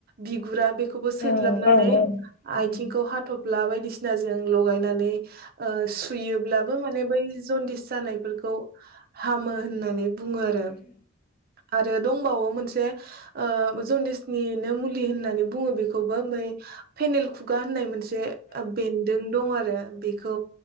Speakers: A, on the right; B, on the left.
A: बिगुरा बे बो सेरलाबनानै
B: औ औ औ
A: आथिंखौ हाथब ब्ला बायदिसिना। जों लगायनानै ओ- सु सुयोब्लाबो माने बै जन्दिस जानायफोरखौ हामो। होननानै। बुङो आरो आरो दं। दंबावो मोनसे ओ- जनदिसनिनो मुलि होननानै बु बुङो बेखौबो ओमबाय। पेनेल खुगा होननाय मोनसे। जे उम। बेन्दों दं आरो बेखौ।